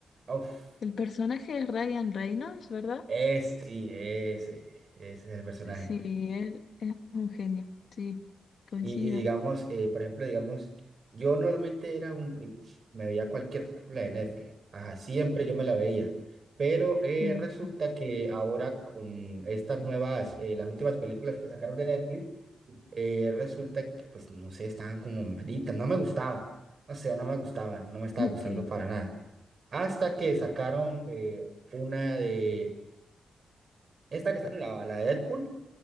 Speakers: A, on the right; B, on the left.
A: uf,
B: el personaje es Ryan Reynolds, ¿verdad?
A: es, sí, ese, ese es el personaje.
B: Sí, él es un genio. Sí, coincido.
A: Y, y digamos, eh, por ejemplo, digamos, yo normalmente era un, eh, me veía cualquier película de Netflix, ajá, siempre yo me la veía, pero eh,
B: Mm,
A: resulta que ahora con estas nuevas, eh, las últimas películas que sacaron de Netflix, eh, resulta que, pues, no sé, estaban como malitas, no me gustaban, no sé, no me gustaban, no me
B: <laughs>
A: estaba gustando
B: ok.
A: para nada. Hasta que sacaron eh, una de, esta que está, la, la de Deadpool